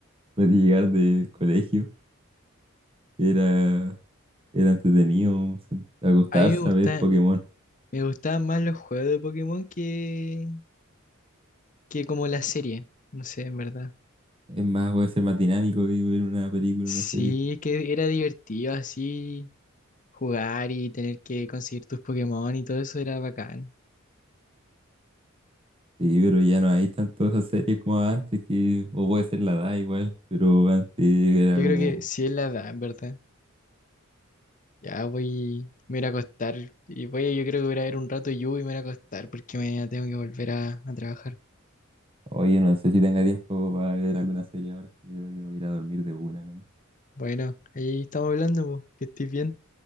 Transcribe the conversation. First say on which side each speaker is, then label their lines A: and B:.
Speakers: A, on the right; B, on the left.
A: Después de llegar del colegio, era, era entretenido sen- acostarse
B: A mí me gusta,
A: a ver Pokémon.
B: Me gustaban más los juegos de Pokémon que, que como la serie. No sé, en verdad.
A: Es más, puede ser más dinámico que ver una película,
B: Sí,
A: una serie.
B: que era divertido así jugar y tener que conseguir tus Pokémon y todo eso era bacán.
A: Sí, pero ya no hay tanto esas series como antes, que, o puede ser la edad igual, pero antes era
B: Yo
A: como,
B: creo que sí es la edad, en verdad. Ya voy, me voy a ir a acostar y voy, yo creo que voy a ir a ver un rato Yu y me voy a ir a acostar porque mañana tengo que volver a, a trabajar.
A: oye, no sé si tenga tiempo para ver alguna serie ahora. Yo Creo que voy a ir a dormir de una nomás.
B: Bueno, ahí estamos hablando, po. Que estés bien.